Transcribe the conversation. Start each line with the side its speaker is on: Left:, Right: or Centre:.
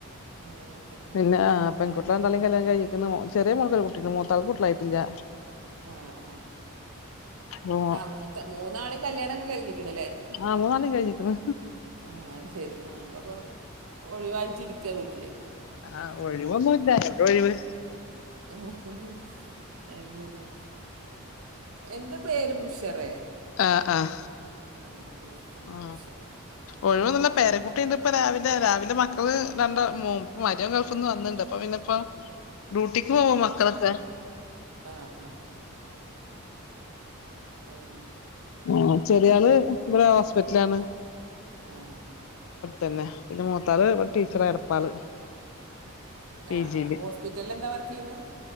Right: അങ്ങനെയൊക്കെ ഉം.
Left: പിന്നെ പെകുട്ടി രണ്ടാ ളിം കല്യാണം കഴിഞ്ഞ്ക്ണ് ചെറിയ മോൾക്ക് ഒരു കുട്ടി ഇണ്ട് മൂത്താൾക്ക് കുട്ട്യാളായിട്ടില്ലാ
Right: ആഹ ആഹ
Left: മോ
Right: ആ മൂത്ത മൂന്നാളിം കല്യാണക്കെ കഴിഞ്ക്ക്ണ് ല്ലേ
Left: ആഹ മൂന്നാ ളിം കഴിഞ്ഞിക്ണ്
Right: ആഹ അത് ശെരി ആഹ് അപ്പപ്പ ഒഴിവായിട്ടിരിക്ക വീട്ടില്
Left: ആഹ് ഒഴിവൊന്നുല്ല <unintelligible> ഒഴിവ്
Right: ഉഹ്ഹ്. അത് ശരിയ എന്റെ പേര് ബുഷറേ
Left: ആഹ ആഹ
Right: ആ അതില് കണ്ട
Left: ആ
Right: ബുഷറാണ്
Left: ഒഴിവൊന്നുല്ല പേരക്കുട്ടിണ്ട് ഇപ്പ രാവിലെ രാവിലെ മക്കള് രണ്ട മ മരോൻ ഗൾഫ്ന്ന് വന്നിണ്ട് അപ്പൊ പിന്നെ ഇപ്പോ ഡ്യൂട്ടിക്ക് പോവോ മക്കളൊക്കെ
Right: ആ ആ ആഹ
Left: ആ ചെടിയാല് ഇവിടെ ഹോസ്പിറ്റലാണ്
Right: ആ
Left: തന്നെ പിന്നെ മൂത്തത് ഇവിടെ ടീച്ചറ എടപ്പാള് പി
Right: ആ
Left: ജി
Right: ആ
Left: ല്
Right: ഹോസ്പിറ്റലിൽ എന്താ വർക്ക് ചെയ്യണ്